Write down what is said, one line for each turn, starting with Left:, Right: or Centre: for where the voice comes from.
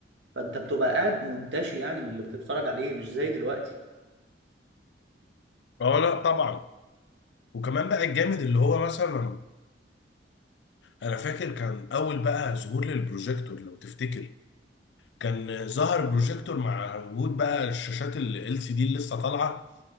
Right: فانت بتبقى قاعد منتشي يعني من اللي بتتفرج عليه مش زي دلوقتي
Left: اه لا طبعا وكمان بقى الجامد اللي هو مثلا انا فاكر كان اول بقى ظهور للبروجيكتور لو تفتكر كان ظهر بروجيكتور مع وجود بقى الشاشات ال LCD اللي لسه طالعه